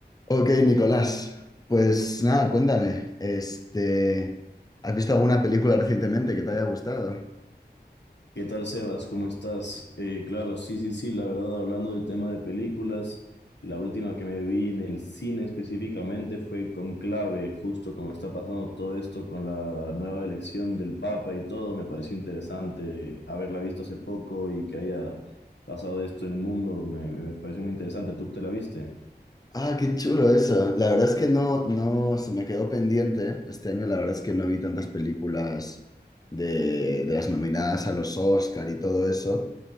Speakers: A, on the left; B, on the left.
A: Ok, Nicolás, pues nada, cuéntame, este, ¿has visto alguna película recientemente que te haya gustado?
B: ¿Qué tal, Sebas? ¿Cómo estás? Eh, claro, sí, sí, sí, la verdad, hablando del tema de películas, la última que me vi en el cine específicamente fue Conclave, justo como está pasando todo esto con la nueva elección del Papa y todo, me pareció interesante haberla visto hace poco y que haya pasado esto en el mundo, me, me pareció muy interesante, ¿tú te la viste?
A: Ah, qué chulo eso. La verdad es que no, no, se me quedó pendiente. Este año la verdad es que no vi tantas películas de, de las nominadas a los Oscar y todo eso.